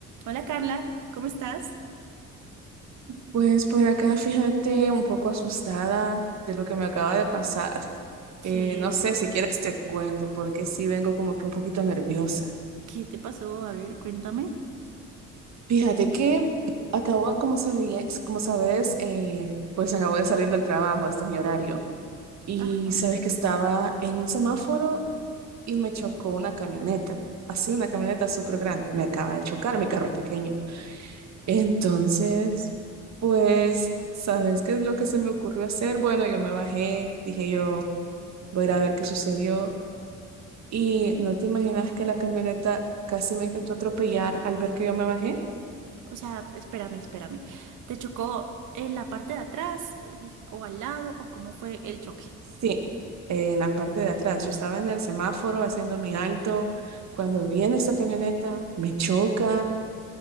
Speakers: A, on the right (about 80°); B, on the right (about 65°).
A: Hola Carla, ¿cómo estás?
B: Pues por acá, fíjate, un poco asustada de lo que me acaba de pasar.
A: ¿Qué,
B: Eh, no sé si quieres te cuento, porque sí vengo como que un poquito nerviosa.
A: qué te pasó? A ver, cuéntame.
B: Fíjate que acabo, como sabía- como sabes, eh, pues acabo de salir del trabajo, este es mi horario. Y
A: Ajá.
B: sabes que estaba en un semáforo y me chocó una camioneta, así una camioneta súper grande. Me acaba de chocar, mi carro es pequeño. Entonces, pues, ¿sabes qué es lo que se me ocurrió hacer? Bueno, yo me bajé, dije yo, voy a ir a ver qué sucedió. Y no te imaginas que la camioneta casi me intentó atropellar al ver que yo me bajé.
A: O sea, espérame, espérame. ¿Te chocó en la parte de atrás eh, o al lado o cómo fue el choque?
B: Sí, en la parte de atrás. Yo estaba en el semáforo haciendo mi alto. Cuando viene esta camioneta, me choca.